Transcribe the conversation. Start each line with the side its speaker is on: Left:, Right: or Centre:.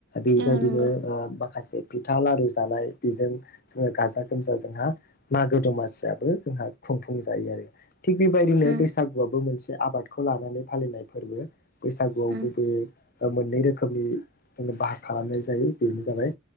Left: बेबायदिनो
Right: औ नंगौ
Left: माखासे फिथा लारु जानाय बेजों जोङो गाजा गोमजा जोंहा मागो दमासियाबो जोंहा खुंफुं जायो आरो थिग बेबायदिनो
Right: उम
Left: बैसागुआबो मोनसे आबादखौ लानानै फालिनाय फोरबो बैसागुआव
Right: उम
Left: गुबैयै ओ मोननै रोखोमनि जोङो बाहाग खालामनाय जायो बेनो जाबाय